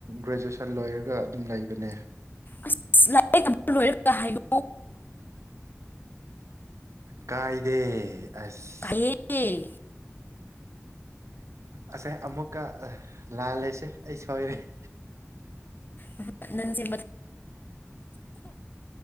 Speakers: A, on the right; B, on the left.
A: ꯒ꯭ꯔꯦꯖꯨꯦꯁꯟ ꯂꯣꯏꯔꯒ ꯑꯗꯨꯝ ꯂꯩꯕꯅꯦ
B: ꯑꯁ ꯂꯥꯏꯔꯤꯛ ꯇꯝꯕ ꯂꯣꯏꯔꯒ ꯍꯥꯏꯌꯣ
A: ꯀꯥꯏꯗꯦ ꯑꯁ
B: ꯐꯩꯌꯦ
A: ꯑꯁꯦ ꯑꯃꯨꯛꯀ ꯂꯥꯜꯂꯦꯁꯦ ꯑꯩ ꯁꯣꯏꯔꯦ <inaudible>
B: <unintelligible>